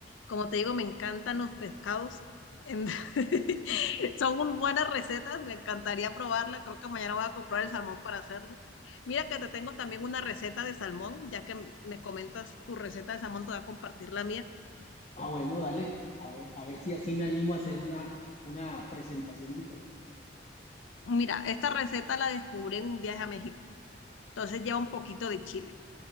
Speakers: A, on the left (about 80°); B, on the left (about 35°).
A: Como te digo, me encantan los pescados. En- <laughs> Son un- buenas recetas, me encantaría probarla. Creo que mañana voy a comprar el salmón para hacerlo. Mira que te tengo también una receta de salmón, ya que me comentas tu receta de salmón, te voy a compartir la mía.
B: Ah, bueno, dale, a ver, a ver si así me animo a hacer una, una presentación diferente.
A: Mira, esta receta la descubrí en un viaje a México, entonces lleva un poquito de chile.